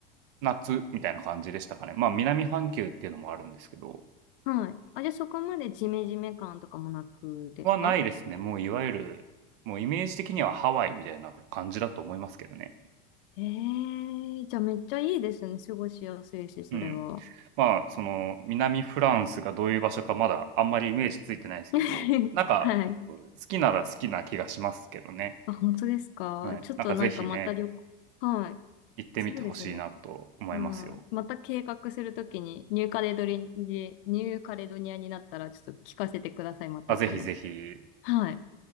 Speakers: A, on the right (about 65°); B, on the left (about 70°).
A: 夏みたいな感じでしたかね。まあ南半球っていうのもあるんですけど、
B: はい。あ、じゃあそこまでジメジメ感とかもなくですか
A: はないですね。もういわゆる、もうイメージ的にはハワイみたいな感じだと思いますけどね。
B: ええーじゃあめっちゃいいですね。過ごしやすいし、それは。
A: うん。まあその南フランスがどういう場所かまだあんまりイメージついてないですけど、
B: <laughs>
A: なんか好きなら好きな気がしますけどね。
B: はい。あ、本当ですかちょっとなんかまた旅行、
A: はい。なんかぜひね、
B: はい。
A: 行ってみてほしいなと思いますよ。
B: そうですね。うん。また計画するときに、ニューカレドリ、ニューカレドニアになったら、ちょっと聞かせてください。またお話。
A: あ、ぜひぜひ。
B: はい。